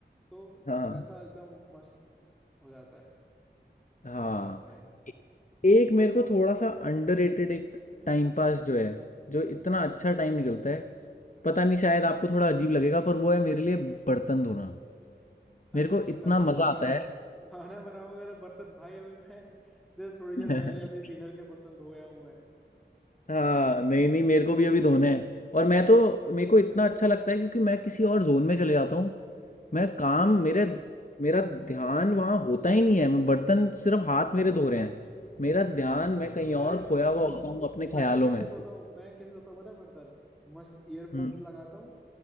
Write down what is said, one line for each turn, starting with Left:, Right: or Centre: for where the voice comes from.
Centre: तो
Left: हाँ
Centre: पैसा एकदम मस्त हो जाता है
Left: हाँ
Centre: साथ साथ में
Left: ए- एक मेरे को थोड़ा सा अंडररेटेड एक टाइम पास जो है जो इतना अच्छा टाइम निकलता है पता नहीं शायद आपको थोड़ा अजीब लगेगा पर वो है मेरे लिए बर्तन धोना
Centre: अरे
Left: मेरे को
Centre: तो
Left: इतना
Centre: क्या
Left: मजा
Centre: खाना
Left: आता है
Centre: खाना बनाऊंगा तो बर्तन भाई अभी मैं देर थोड़ी देर
Left: <laughs>
Centre: पहले अभी डिनर के बर्तन धोया हूँ मैं
Left: हाँ नहीं नहीं मेरे को भी अभी धोना है और मैं तो मेरे को इतना अच्छा लगता है क्योंकि मैं किसी और जोन में चले जाता हूँ मैं काम
Centre: हम्म
Left: मेरे मेरा ध्यान वहाँ होता ही नहीं है मैं बर्तन सिर्फ हाथ मेरे धो रहे हैं मेरा ध्यान मैं कहीं
Centre: अरे
Left: और खोया हुआ होता हूँ अपने
Centre: मैं
Left: ख्यालों
Centre: कैसे
Left: में
Centre: धोता हूँ मैं कैसे धोता हूँ पता है बर्तन मस्त ईयरफोन्स
Left: हम्म
Centre: लगाता हूँ